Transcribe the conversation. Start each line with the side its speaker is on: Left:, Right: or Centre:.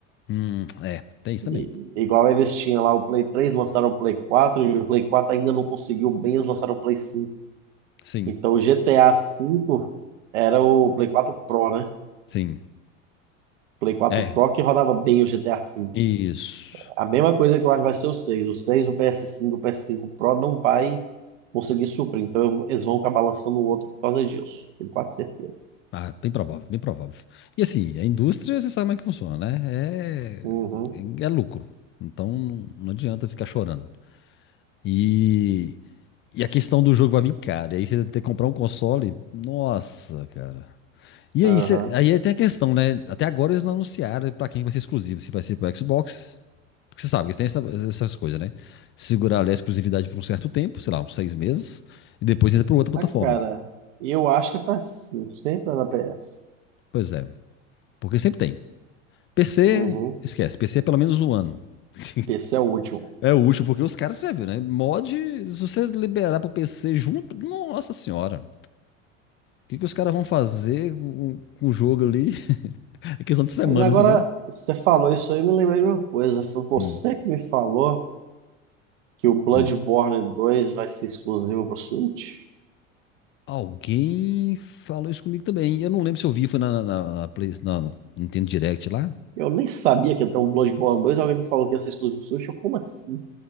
Left: Hum, é, tem isso
Right: E-
Left: também.
Right: igual eles tinham lá o Play 3, lançaram o Play 4, e o Play 4 ainda não conseguiu bem, eles lançaram o Play 5.
Left: Sim,
Right: Então o GTA V era o Play 4 Pro, né?
Left: sim.
Right: Play 4
Left: É,
Right: Pro que rodava bem o GTA V. A cinco.
Left: isso.
Right: A mesma coisa que eu acho que vai ser o 6. O 6, o PS5, o PS5 Pro não vai conseguir suprir. Então eu- eles vão acabar lançando o outro por causa disso. Tenho quase certeza.
Left: Ah, bem provável, bem provável. E assim, a indústria, você sabe como é que funciona, né? É,
Right: Uhum,
Left: é é lucro. Então não, não adianta ficar chorando. E, E a questão do jogo vai vir caro. E aí você ter que comprar um console, nossa, cara. E
Right: aham.
Left: aí, cê- aí é, tem a questão, né? Até agora eles não anunciaram pra quem vai ser exclusivo, se vai ser pro Xbox. Porque você sabe que eles têm essa- essas coisas, né? Segurar ali a exclusividade por um certo tempo, sei lá, uns seis meses, e depois entra pra outra plataforma.
Right: Ah, cara, eu acho que é PS5, sempre é da PS.
Left: Pois é. Porque sempre tem. PC,
Right: Uhum.
Left: esquece. PC é pelo menos um ano. <laughs>
Right: PC é o último.
Left: É útil, porque os caras, você já viu, né? Mod, se você liberar pro PC junto, nossa senhora. O que, que os caras vão fazer com, com o jogo ali? <laughs> É questão de semanas,
Right: Mas agora
Left: entendeu?
Right: você falou isso aí, eu me lembrei de uma coisa. Foi você
Left: Hum,
Right: que me falou que o Bloodborne
Left: hum.
Right: dois vai ser exclusivo pro Switch?
Left: Alguém falou isso comigo também. Eu não lembro se eu vi, foi na, na, na, na Play, na, no Nintendo Direct lá.
Right: Eu nem sabia que ia ter um Bloodborne dois alguém me falou que ia ser exclusivo pro Switch. Eu, como assim?